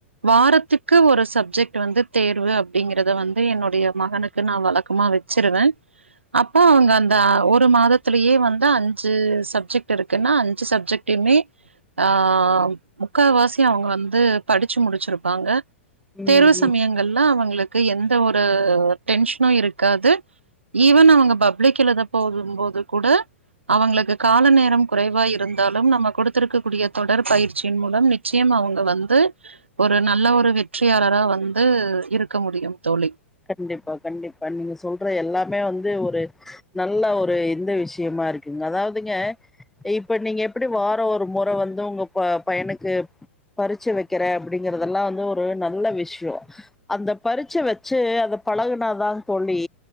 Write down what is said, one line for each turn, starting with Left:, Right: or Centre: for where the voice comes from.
Right: வாரத்துக்கு ஒரு சப்ஜெக்ட் வந்து தேர்வு அப்டிங்கறத வந்து என்னுடைய மகனுக்கு நா வழக்கமா வெச்சிருவே அப்போ அவுங்க அந்த ஒரு மாதத்திலயே வந்து அஞ்சு சப்ஜெக்ட் இருக்குன்னா அஞ்சு சப்ஜெக் ட்டுமே ஆ முக்காவாசி அவுங்க வந்து படிச்சு முடிச்சிருப்பாங்க
Centre: ம்
Right: தேர்வு சமயங்கள்ல
Centre: ம்
Right: அவங்களுக்கு எந்த ஒரு டென்ஷனு இருக்காது ஈவன் அவங்க பப்ளிக் எழுத போகும்போது கூட அவுங்களுக்கு கால நேரம் குறைவா இருந்தாலும் நம்ம கொடுத்திருக்க கூடிய தொடர் பயிற்சி மூலம் நிச்சயம் அவுங்க வந்து ஒரு நல்ல ஒரு வெற்றியாளரா வந்து இருக்க முடியும் தோழி
Centre: கண்டிப்பா கண்டிப்பா நீங்க சொல்ற எல்லாமே வந்து ஒரு நல்ல ஒரு இந்த விஷயமா இருக்குங்க அதாவதுங்க இப்ப நீங்க எப்டி வார ஒரு முறை வந்து உங்க ப பையனுக்கு பரிச்ச வைக்கிறே அப்படிங்கறதெல்லா வந்து ஒரு நல்ல விஷயோ அந்த பரிச்ச வ ச்சு அதை பழகுனாதான் தோழி